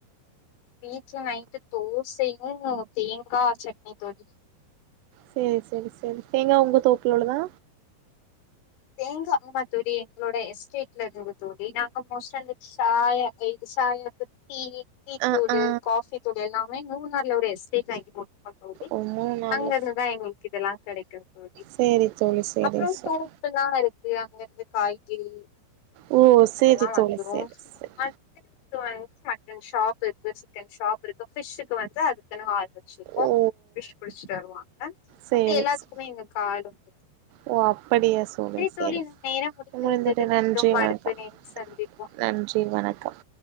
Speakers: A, on the left; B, on the right.
A: வீட்ல நைட்டு தோசையு தேங்கா சட்னி தோழி
B: சேரி சேரி சேரி தேங்கா உங்க தோப்புலோடதா
A: தேங்கா ஆமா தோழி எங்களோட எஸ்டேட்ல இருந்து தோழி நாங்க மோஸ்ட்டா இந்த சாயக்கை சாயாக்கு டீ டீ
B: ஆ
A: தூளு
B: ஆ
A: காஃபி தூளு எல்லாமே மூணாறுல ஒரு எஸ்டேட் வாங்கிபோ ஆமா தோழி
B: ஓ மூணு நாள்ல
A: அங்கயிருந்துதா எங்களுக்கு இதெல்லா கெடைக்கு தோழி
B: சேரி தோழி சேரி
A: அப்றோ
B: சேரி
A: சோப்புல்லா பருப்பு அங்க இருந்து காய்கறி
B: ஓ சேரி
A: அதெல்லா
B: தோழி
A: வந்துரு
B: சேரி சேரி
A: வந்து <inaudible> மட்டன் ஷாப் இருக்கு சிக்கன் ஷாப் இருக்கு ஃபிஷுக்கு வந்து அதுக்குன்னு ஆள் இரு வெச்சிருக்கோ
B: ஓ
A: ஃபிஷ் பிடிச்சி தருவாங்க
B: சேரி
A: அப்டியே எல்லாத்துக்குமே
B: சே
A: எங்களுக்கு ஆளு
B: ஓ அப் அப்படியா சகோதரி சேரி
A: தோழி நம் நேரம் முடிந்து
B: எம்மா
A: விட்டது
B: எந்துடைய நன்றி
A: மீண்டும்
B: வணக்கம்
A: அடுத்த நேரம் சந்திப்போம்
B: நன்றி வணக் வணக்கம்